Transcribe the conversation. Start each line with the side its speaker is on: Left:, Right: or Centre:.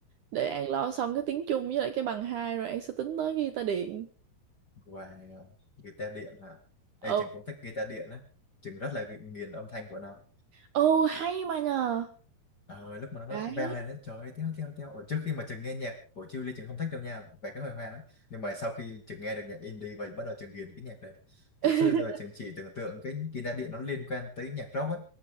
Right: để An lo xong cái tiếng Trung với lại cái bằng hai rồi An sẽ tính tới guitar điện
Left: ngoài ờ, guitar điện là Ê,
Right: ừ
Left: trường cũng thích guitar điện á trường rất là ghi- nghiền âm thanh của nó
Right: ồ hay mà nhờ
Left: Ờ, lúc mà nó nó
Right: đấy
Left: vang lên nó trời ơi teo teo teo Ủa, trước khi mà Trường nghe nhạc của Chiêu Ly Trường không thích đâu nha về cái hồi hoang ấy nhưng mà sau khi Trường nghe được nhạc indie và bắt đầu Trường ghiền cái nhạc đấy kiểu
Right: <laughs>
Left: xưa giờ Trường chỉ tưởng tượng cái guitar điện nó liên quan tới nhạc rock ấy